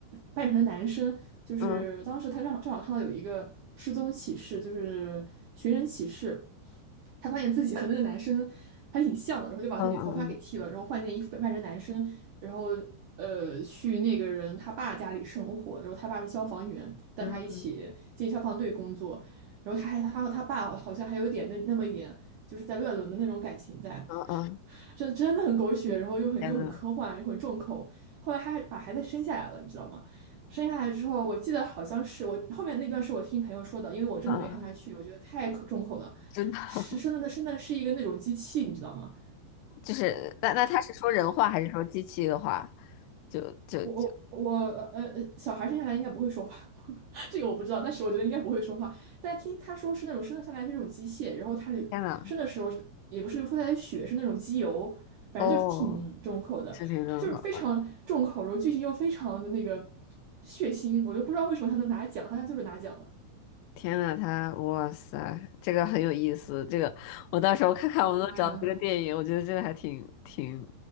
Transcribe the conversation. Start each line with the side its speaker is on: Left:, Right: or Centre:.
Right: 扮成男生，就是当时他正好正好看到有一个失踪启事，
Left: 嗯
Right: 就是寻人启事，他发现自己和那个男生还挺像的，然后就把自己头发给剃了，
Left: 嗯嗯
Right: 然后换件衣服扮成男生，然后呃去那个人他爸家里生活，然后他爸是消防员，带他一起进消防队工作，
Left: 嗯
Right: 然后他还他和他爸好像还有点那那么一点就是在乱伦的那种感情在。
Left: 嗯嗯，
Right: 真真的很狗血，然后又很又很科幻，
Left: 天呐，
Right: 又很重口。后来他还把孩子生下来了，你知道吗？生下来之后，我记得好像是我后面那段是我听朋友说的，因为我真的没看下去，
Left: 嗯，
Right: 我觉得太可重口了。
Left: 真的
Right: 是生的，生的是一个那种机器，你知道吗？
Left: 就是那那他是说人话还是说机器的话？就就就
Right: 我我我呃呃，小孩生下来应该不会说话，<laughs> 这个我不知道，但是我觉得应该不会说话。但听他说是那种生的下来是那种机械，然后他流生的时候也不是流出来的血，
Left: 天呐，
Right: 是那种机油，反正就是挺重口的，
Left: 哦，事情真好。
Right: 就是非常重口，然后剧情又非常的那个血腥，我就不知道为什么他能拿奖，他就是拿奖了，
Left: 天呐，他哇塞，这个很有意思。这个我到时候看看我能找到这个电影，
Right: 我的妈呀！
Left: 我觉得这个还挺挺，